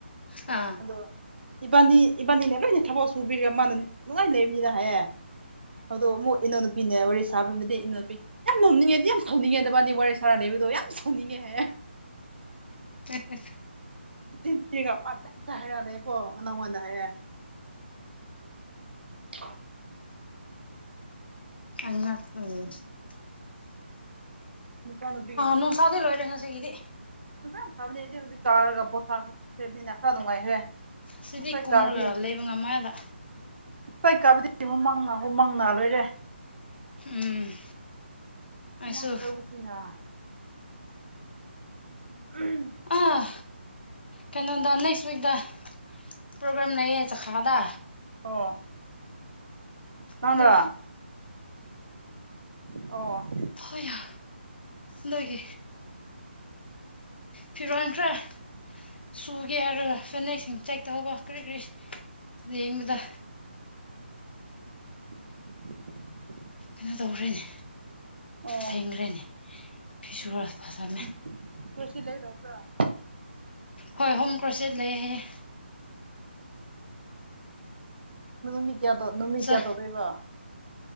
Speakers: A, on the left; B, on the right.
A: ꯑꯥ
B: ꯑ ꯏꯕꯥꯅꯤ ꯏꯕꯥꯅꯤꯅ ꯂꯣꯏꯅ ꯊꯕꯛ ꯁꯨꯕꯤꯔꯒꯥ ꯃꯥꯅ ꯅꯨꯡꯉꯥꯏ ꯂꯩ ꯃꯤꯅꯍꯦ ꯑꯗꯣ ꯑꯃꯨꯛ ꯏꯎꯅꯨꯄꯤꯅꯦ ꯋꯥꯔꯤ ꯁꯥꯕꯕꯨꯗꯤ ꯏꯅꯨꯄꯤ ꯌꯥꯝ ꯅꯧꯅꯤꯡꯉꯦꯗꯤ ꯌꯥꯝ ꯁꯥꯎꯅꯤꯡꯉꯦ ꯅꯕꯥꯅꯤ ꯋꯥꯔꯦ ꯁꯔꯥꯗꯦꯕꯤꯗꯣ ꯌꯥꯝ ꯁꯥꯎꯅꯤꯡꯉꯦꯍꯦ
A: ꯎ
B: ꯆꯤꯟꯤꯒ ꯑꯇ ꯍꯥꯏꯔꯛꯑꯂꯦꯀꯣ ꯅꯪꯣꯟꯗ ꯍꯥꯏꯔꯦ ꯑ
A: ꯑꯦ
B: ꯅꯨꯄꯥ ꯅꯨꯕꯤ
A: ꯅꯨꯡꯁꯥꯗꯤꯩ ꯂꯣꯏꯔꯦ ꯉꯁꯤꯒꯤꯗꯤ
B: ꯐꯖꯥ ꯊꯥꯕꯅꯦ ꯑꯩꯗꯤ ꯍꯧꯖꯤꯛ ꯀꯥꯔꯒ ꯄꯣꯊꯥ ꯈꯈ꯭ꯔꯕꯅꯤꯅ ꯈꯔ ꯅꯨꯡꯉꯥꯏꯈ꯭ꯔꯦ
A: ꯁꯤꯗꯤ
B: ꯐ
A: ꯀꯨꯝꯔꯒ
B: ꯀꯥꯕꯨꯗꯤ
A: ꯂꯩꯕ ꯉꯝꯃꯦꯗ
B: ꯍ ꯀꯥꯕꯨꯗꯤ ꯍꯨꯃꯪ ꯍꯨꯃꯪꯅ ꯂꯣꯏꯔꯦ
A: ꯎꯝ ꯑꯩꯁꯨ
B: ꯃꯥꯡꯁꯨ ꯁꯤꯅ ꯎꯝ
A: ꯑꯥ ꯀꯩꯅꯣꯗ ꯅꯦꯛꯁ ꯋꯤꯛꯛꯇ ꯄ꯭ꯔꯣꯒ꯭ꯔꯥꯝ ꯂꯩꯌꯦ ꯆꯈꯥꯗ
B: ꯑꯣ ꯅꯪ꯭ꯔ
A: ꯑꯗꯣ
B: ꯑ
A: ꯍꯣꯏꯏ ꯅꯒꯤꯦ ꯐꯤꯔꯣꯟ ꯈ꯭ꯔꯥ ꯁꯨꯒꯦ ꯍꯥꯏꯔꯒ ꯐꯅꯦꯛꯁꯤꯡ ꯆꯦꯛ ꯇꯧꯕ ꯀꯔꯤ ꯀꯔꯤ ꯌꯦꯡꯕꯗ
B: <inaudible>
A: ꯀꯩꯅꯣ ꯇꯧꯈ꯭ꯔꯦꯅꯦ
B: ꯎꯝ
A: ꯊꯦꯡꯈ꯭ꯔꯦꯅꯦ ꯐꯤꯁꯨꯨꯔ ꯐꯖꯝꯃꯦ
B: <unintelligible> ꯂꯩꯒꯗꯧꯕꯔꯥ
A: ꯍꯣꯏ ꯍꯣꯝ ꯀ꯭ꯔꯣꯁꯦꯠ ꯂꯩ ꯍꯥꯏꯌꯦ
B: ꯃꯤ ꯀꯌꯥ ꯇꯨ ꯅꯨꯃꯤ
A: ꯆ
B: ꯀꯌꯥ ꯇꯧꯗꯣꯏꯕ